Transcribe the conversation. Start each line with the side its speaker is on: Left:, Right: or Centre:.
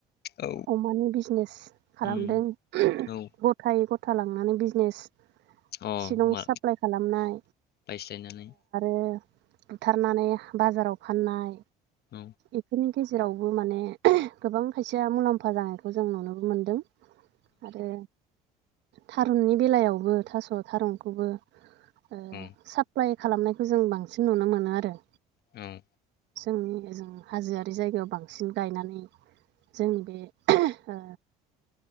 Left: औ
Right: अमानि बिजनेस खालामदों
Left: उम
Right: <unintelligible>
Left: औ
Right: गथाय गथ थालांनानै बिजनेस
Left: अ
Right: सिलं
Left: मा
Right: साप्लाय खालामनाय
Left: बायस्लायनानै
Right: ओ बुथारनानै बाजाराव फाननाय
Left: औ
Right: एखिनि गेजेरावबो माने गोबां खायसेया मुलाम्फा जानायखौ जों नुनोबो मोनदों आरो थारुननि बेलायावबो थास थारुनखौबो ओ।
Left: औ
Right: एप्लाइ खालामनायखौ जों बांसिन नुनो मोनो आरो।
Left: उम।
Right: जोंनि ओजों हाजोआरि जायगायाव बांसिन गायनानै जोंनि बे ओ